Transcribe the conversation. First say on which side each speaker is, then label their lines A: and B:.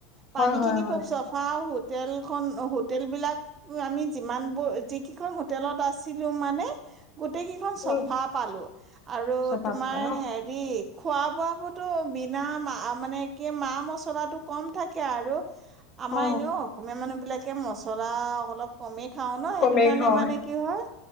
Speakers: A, on the left; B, on the right.
A: হয়
B: পানী
A: হয়
B: খিনি
A: হয়
B: খুব চফা সু টেলখন হোটেলবিলাক আমি যিমানবোৰ যিকেইখন হোটেলত আছিলো মানে <inaudible> গোটেইকিখন চফা
A: উম
B: পালো। আৰু
A: চফা
B: তোমাৰ
A: পালা ন
B: হেৰি খোৱা-বোৱা বোৰতো বিনা মা মানে কি মা মচলাটো কম থাকে আৰু আমাৰ
A: অ
B: এনেও অসমীয়া মানুহ বিলাক এ মছলা অলপ কমে খাওঁ ন, সেইটো
A: কমেই
B: কাৰণে
A: খাওঁ
B: মানে কি হয়